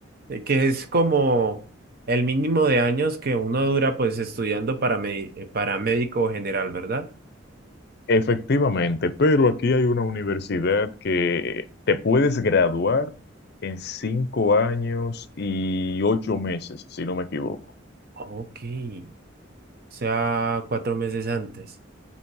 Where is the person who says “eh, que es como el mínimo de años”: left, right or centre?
Right